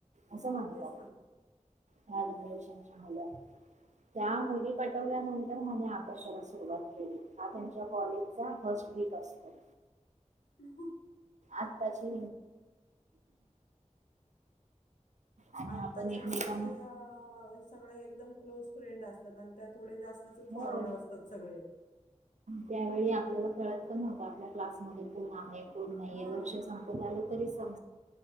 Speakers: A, on the right; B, on the left.
A: असं
B: हो
A: म्हणतात
B: तेच ना
A: ह्या जाणारेशन च्या मुलं त्या मुली पटवल्यानंतर म अभ्यासाला सुरुवात केली हा त्यांच्या कॉलेजचा फस्ट वीक असतो
B: ह
A: आत्ताची आणि
B: आत्ताच्या
A: आपण एकमेकांना
B: मुलांचे अ सगळे एकदम क्लोज फ्रेंड असतात आणि त्या थोडे जास्
A: हो
B: फॉरवर्ड असतात सगळे
A: त्यावेळी आपल्याला कळत पण नव्हता आपल्या क्लास मध्ये कोण आहेत कोण नाही
B: हा
A: वर्ष संपत आलं तरी सं